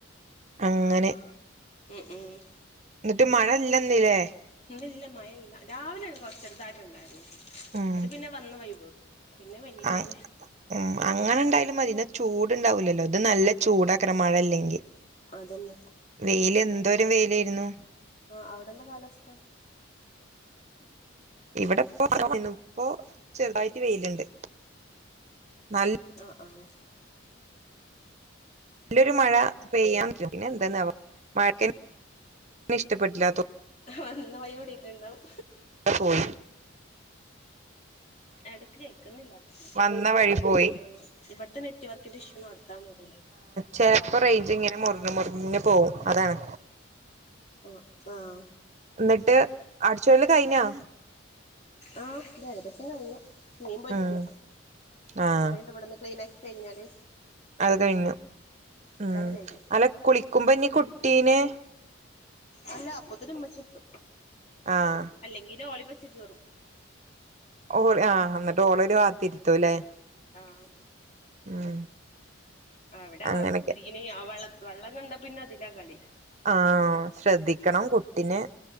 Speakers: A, on the right (about 35°); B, on the left (about 35°).
A: അങ്ങനെ
B: ഉം ഉം
A: ഇന്നിട്ട് മഴ ഇല്ലന്നില്ലേ?
B: ഇന്നില്ലാ മയ ഇല്ലാ രാവിലെ കൊറച്ചെറുതായിട്ടുണ്ടായിരുന്നു
A: ഉം
B: അത് പിന്നെ വന്ന വൈ പോയി പിന്നെ വെയിലാണ്
A: ആഹ് ഉം അങ്ങനെ ഇണ്ടായാലുംമതി ഇന്നാ ചൂട്ണ്ടാവില്ലല്ലോ ഇത് നല്ല ചൂടാക്കാരം മഴ ഇല്ലെങ്കി
B: അതന്നെ
A: വെയില് എന്തൊരു വെയിലേയ്രുന്നു
B: ആഹ് അവടെന്താ കാലാവസ്ഥ?
A: ഇവിടെ ഇപ്പ <unintelligible> ഇപ്പോ ചെറുതായിട്ട് വെയില്ണ്ട് നൽ
B: ആഹ് ആഹ്.
A: നല്ലൊരു മഴ പെയ്യാൻ <unintelligible> പിന്നെ എന്താന്നാവോ മഴക്കെ ഇഷ്ട്ടപ്പെട്ടില്ലാതോ
B: വന്ന വയി ഓടിട്ട്ണ്ടാവും
A: അത് പോയി ഉം.
B: എടക്ക് കേക്ക്ന്നില്ലാ.
A: വന്ന വഴി
B: ആ
A: പോയി
B: ഇവിട്ത്തെ നെറ്റ് വർക്കിന്റെ ഇഷ്യൂ അവ്ട്ത്താന്ന അറിയില്ല.
A: ചെൽപ്പോ റേഞ്ച്ങ്ങനെ മുറിഞ് മുർഞ് പോവും അതാണ്.
B: ഉം. ആഹ്.
A: ന്നട്ട് അടിച്ചോരല് കയിഞ്ഞാ.
B: ആഹ് ന്റെകദേശം കയിഞ്ഞു മീമ്പോര്ക്ക്യ
A: ഉം ആഹ്
B: കഴിഞ്ഞു ക്ലീൻ ആക്കി ചെയ്ഞ്ഞാല്.
A: അത് കയിഞ്ഞു ഉം
B: അതങ്ങട് കഴിഞ്ഞു
A: അല്ല കുളിക്കുമ്പോനി കുട്ടീനെ
B: അല്ലാ അപ്പോത്തിന് മ്മച്യേത്തും.
A: ആഹ്.
B: അല്ലെങ്കിലോളിവെച്ച് കേറും
A: ഓ ആ ന്നിട്ട് ഓളോര് വാത്തിരുത്തും ല്ലെ
B: ആഹ്.
A: ഉം.
B: അവിടെ അവിടെക്കുത്തിരിക്കണ
A: അങ്ങനൊക്കെ
B: ആ വ വെള്ളം കണ്ട പിന്നെ അതിലാ കളി.
A: ആഹ് ശ്രദ്ധിക്കണം കുട്ടിനെ.